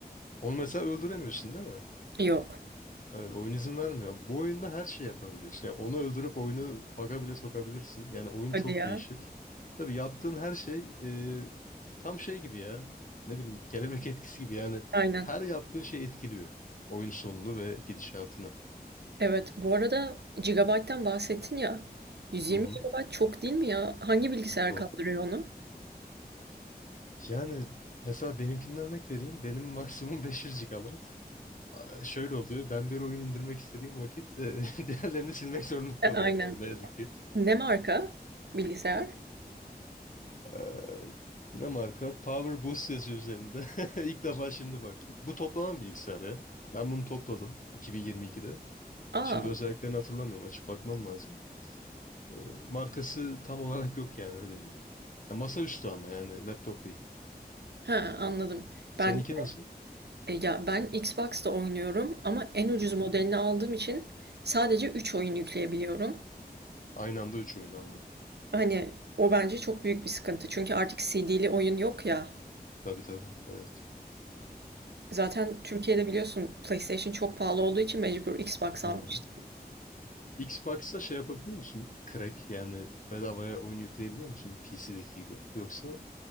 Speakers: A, on the left (about 50°); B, on the right (about 85°).
A: Onu mesela öldüremiyorsun değil mi?
B: Yok.
A: Evet, oyun izin vermiyor. Bu oyunda her şey yapabiliyorsun. Yani onu öldürüp oyunu bug'a bile sokabilirsin. Yani oyun
B: Hadi
A: çok
B: ya.
A: değişir. Tabii yaptığın her şey e, tam şey gibi ya. Ne bileyim kelebek <laughs> etkisi gibi. Yani
B: Aynen.
A: her yaptığın şey etkiliyor. Oyun sonunu ve gidişatını.
B: Evet, bu arada GB'dan bahsettin ya. 120
A: Hı hı.
B: gigabayt çok değil mi ya? Hangi bilgisayar
A: Çok.
B: kaldırıyor onu?
A: Yani mesela benimkinden örnek vereyim. Benim maksimum <laughs> 500 GB. Aa, Şöyle oluyor. Ben bir oyun indirmek istediğim vakit e, <laughs> diğerlerini silmek zorunda
B: E,
A: kalıyorum
B: aynen.
A: yani ne yazık ki.
B: Ne marka bilgisayar?
A: Eee, ne marka? Power Boost yazıyor üzerinde. <laughs> İlk defa şimdi baktım. Bu toplama bilgisayarı ya. Ben bunu topladım 2022'de.
B: Aa,
A: Şimdi özelliklerini hatırlamıyorum. Açıp bakmam lazım. Eee, markası tam olarak yok yani öyle diyeyim. Ya masaüstü ama yani laptop değil.
B: ha anladım.
A: Seninki
B: Ben
A: nasıl?
B: e, ya ben Xbox'ta oynuyorum ama en ucuz
A: Hı-hı.
B: modelini aldığım için sadece 3 oyun yükleyebiliyorum.
A: Aynı anda üç oyun anladım.
B: Hani o bence çok büyük bir sıkıntı. Çünkü artık CD'li oyun yok ya.
A: Tabii tabii. Evet.
B: Zaten Türkiye'de biliyorsun PlayStation çok pahalı olduğu için mecbur Xbox
A: Hı-hı.
B: almıştım.
A: Xbox'ta şey yapabiliyor musun? Crack yani bedavaya oyun yükleyebiliyor musun? PC'deki gibi. Yoksa